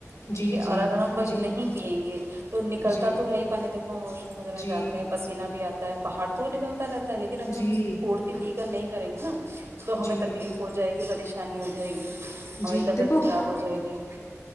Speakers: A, on the left; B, on the right.
A: جی
B: ٹھیک ہے اور
A: جی
B: اگر ہم وہی
A: جی
B: نہیں پیئیں گے تو نکلتا
A: جی
B: تو ہے ہی پانی دیکھو ہم واش روم وغیرہ
A: جی
B: جاتے ہیں پسینہ بھی آتا ہے پہاڑ تو نلتا رہتا ہے اگر ہم
A: جی
B: اس کی پھڑتی تھییک نہیں کریں گے نا تو
A: جی
B: ہمیں تکلیف ہو جائے گی پریشانی آسانی ہو جائے گی ہماری
A: جی
B: طبیعت
A: دیکھو
B: خراب ہو جائے گی تو